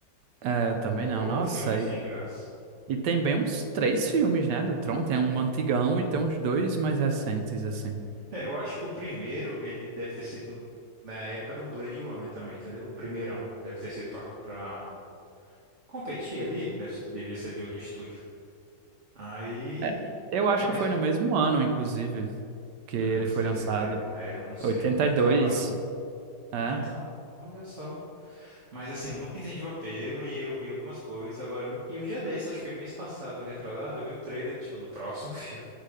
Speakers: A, on the right (about 70°); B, on the right (about 40°).
A: É, eu também não.
B: Ô,
A: Nossa,
B: filme sem
A: e,
B: graça.
A: e tem bem uns três filmes, né, do Tron. Tem um antigão e tem uns dois mais recentes, assim.
B: É, eu acho que o primeiro, ele deve ter sido na época do Blade Runner também, entendeu? O primeirão deve ter sido pra pra competir ali, deve ser- devia ser de outro estúdio. Aí,
A: É, eu acho
B: mas
A: que foi no mesmo ano, inclusive, que
B: não
A: ele
B: sei
A: foi lançado.
B: dizer. Aí eu não sei,
A: 82.
B: mas provável.
A: É,
B: Ah, então, olha só. Mas assim, eu nunca entendi o apelo e eu vi algumas coisas. Agora, um- e um dia desse, acho que foi mês passado, ou retrasado, eu vi o trailer, <laughs> tipo, do próximo <laughs> filme